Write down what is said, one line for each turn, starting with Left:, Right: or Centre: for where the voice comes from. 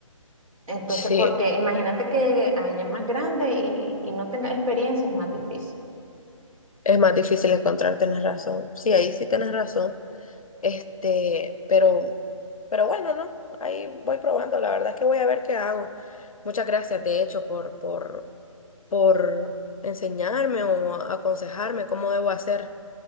Right: Entonces,
Left: Sí,
Right: porque imagínate que llegue a ella más grande y, y- y no tenga experiencia, es más difícil.
Left: es más difícil encontrar, tenés razón. Sí, ahí sí tenés razón. Este, pero, pero bueno, ¿no? Ahí voy probando. La verdad es que voy a ver qué hago. Muchas gracias, de hecho, por, por, por enseñarme o a- aconsejarme cómo debo hacer.